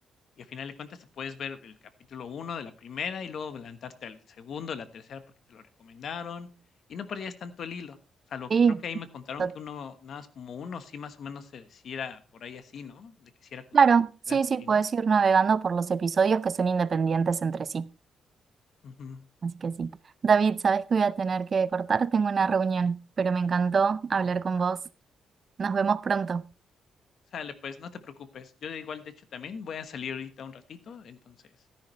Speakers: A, on the left; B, on the right.
A: Y a final de cuentas te puedes ver el capítulo uno de la primera y luego adelantarte al segundo, la tercera, porque te lo recomendaron. Y no perdías tanto el hilo. Salvo
B: Sí,
A: que creo que ahí me contaron
B: to-
A: que uno, nada más como uno, sí más o menos se decía por ahí así, ¿no? De que si era, continu-
B: claro.
A: que
B: Sí,
A: era continuo.
B: sí, puedes ir navegando por los episodios que son independientes entre sí.
A: Ujú,
B: Así que sí. David, sabes que voy a tener que cortar. Tengo una reunión, pero me encantó hablar
A: ok.
B: con vos. Nos vemos pronto.
A: Sale, pues no te preocupes. Yo igual, de hecho, también voy a salir ahorita un ratito, entonces,